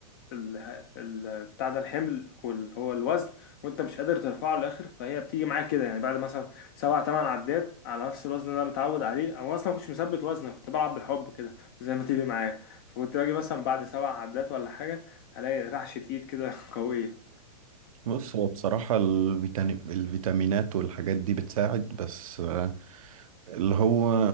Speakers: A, on the left; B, on the right.
A: ال- بتاع ده الحمل واللي هو الوزن وانت مش قادر ترفعه للاخر فهي بتيجي معاك كده يعني بعد مثلا سبع تمن عدات على نفس الوزن اللي انا متعود عليه او اصلا ما كنتش مثبت وزن أنا كنت بلعب بالحب كده زي ما تيجي معايا فكنت باجي مثلا بعد سبع عدات ولا حاجه الاقي رعشه ايد كده <laughs> قويه
B: بص هو بصراحة الفيتامين الفيتامينات والحاجات دي بتساعد بس آه، اللي هو